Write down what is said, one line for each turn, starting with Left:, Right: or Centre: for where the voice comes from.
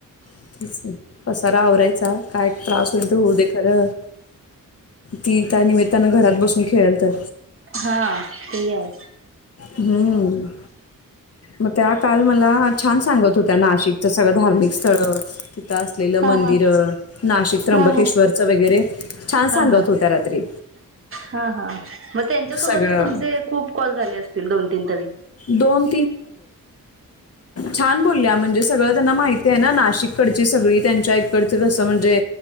Left: तेच पसारा आवरायचा काय त्रास होईल तर होऊ दे खरं ती त्यानमित्तानं घरात बसून खेळल तर.
Right: हा ते आहे
Left: हम्म. मग त्या काल मला छान सांगत होत्या नाशिकच सगळं धार्मिक स्थळ तिथं असलेलं
Right: हा
Left: मंदिर
Right: हा.
Left: नाशिक त्र्यंबकेश्वरच
Right: हा हा.
Left: वगैरे छान
Right: हा
Left: सांगत
Right: हा.
Left: होत्या रात्री.
Right: हा हा मग त्यांच्यासोबतच
Left: सगळं
Right: तुमचे खूप कॉल झाले असतील दोन तीन तरी
Left: दोन छान बोलल्या म्हणजे सगळं त्यांना माहिती आहे ना नाशिककडची सगळी त्यांच्या इकडच कसं म्हणजे